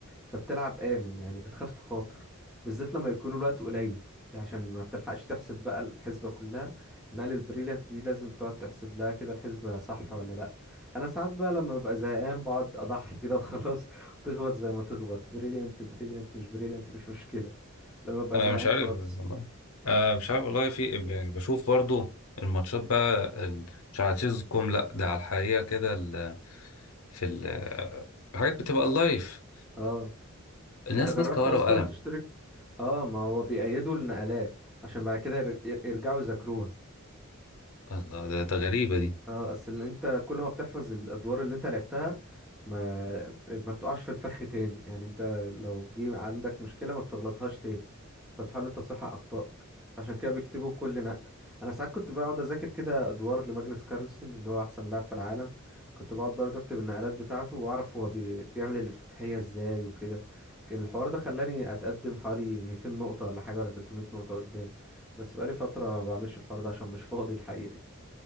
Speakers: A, in the centre; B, on the left.
A: فبتلعب آمن يعني بتخاف تخاطر بالذات لما يكون الوقت قليل يعني عشان ما بتلحقش تحسب بقى الحسبة كلها نقل البريليانت دي لازم تقعد تحسب لها كده الحسبة صح ولا لا انا ساعات بقى لما ببقى زهقان بقعد اضحي كده وخلاص <laughs> وتخبط زي ما تخبط بريليانت بريليانت مش بريليانت مش مشكلة لما ببقى
B: انا
A: زهقان
B: مش عارف
A: خالص
B: والله آه مش عارف والله في إيه. يعني بشوف برضو الماتشات بقى ال- مش على تشيز كوم لا ده على الحقيقه كده ال- في ال- حاجات بتبقى لايف
A: اه
B: الناس
A: انت جربت
B: ماسكة ورقة
A: اصلا
B: وقلم
A: تشترك اه ما هو بيأيدوا النقلات عشان بعد كده ير- ير- يرجعوا يذاكروها
B: الله ده, ده غريبة دي
A: اه اصل انت كل ما بتحفظ الادوار اللي انت لعبتها ما ما بتقعش في الفخ تاني يعني انت لو جه عندك مشكله ما بتغلطهاش تاني فبتحاول انت تصحح اخطائك عشان كده بيكتبوا كل نقله انا ساعات كنت بقعد اذاكر كده ادوار لماجنس كارلسن اللي هو احسن لاعب في العالم كنت بقعد برضه اكتب النقلات بتاعته واعرف هو بي... بيعمل الافتتاحيه ازاي وكده الحوار ده خلاني اتقدم حوالي 200 نقطه ولا حاجه ولا 300 نقطه قدام بس بقالي فتره ما بعملش الحوار ده عشان مش فاضي الحقيقه.